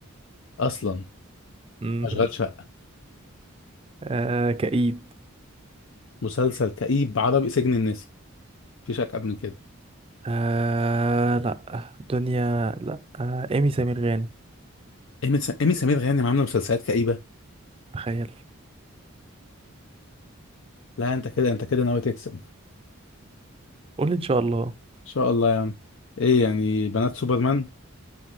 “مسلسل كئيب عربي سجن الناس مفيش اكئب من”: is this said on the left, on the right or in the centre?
Left